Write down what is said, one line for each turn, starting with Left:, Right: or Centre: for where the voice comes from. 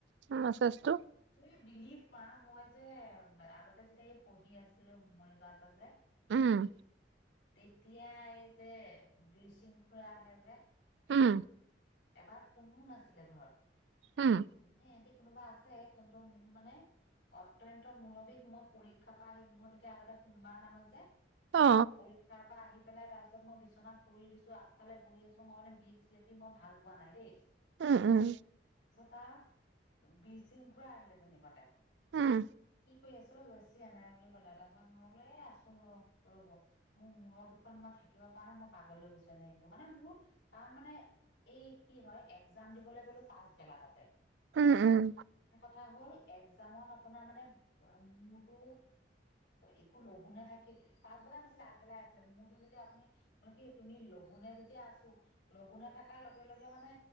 Right: মেছেজ টো?
Left: ত বিলিভ কৰা মই যে আগতে যেতিয়া এই পঢ়ি আছিলো, মৰিগাঁৱতে যে?
Right: উম
Left: তেতিয়া এই যে বিচিং খুৰা আহে যে?
Right: উম
Left: এবাৰ কোনো নাছিলে ঘৰত
Right: উম
Left: <unintelligible> কোনোবা আছে কিন্তু মোৰ মানে, অত্য়ন্ত মুৰৱী মই পৰীক্ষা পৰা আহি মোৰ তেতিয়া আগতে সোমবাৰ নামে যে?
Right: অ
Left: পৰীক্ষাৰ পৰা আহি পেলাই তাৰ পিছত মই বিছননা পৰি দিছো আগফালে বহৰি আছো মই মানে বিপি মই ভাল পোৱা নাই দেই
Right: উম উম
Left: টা বীৰ শৃংখুৰা আহিলে তেনেকুৱাতে
Right: উম
Left: কি কৰি আছ চব বেছি এনে বুলি ক'লে তাৰপিছত মইলৈ আছো ৰব মোৰ মূৰৰ দুখন মই থাকিব কাৰণে মই পাগলৈ গৈছো এনেোৰ মানে মোৰ কাৰণ মানে এই কি হয় এক্জাম দিবলৈ গ'লো পাচবেলা তাতে
Right: উম উম
Left: ক হল এক্জামত আপোনাৰ মানে মোৰতো একো লঘু না থাকি পাছবেলা নাছিলে আগবেলা আছিলে মোৰতো যেতিয়া আপুনি ম কি তুমি লুনেে যেতিয়া আছো লঘু না তাৰ লগে লগে মানে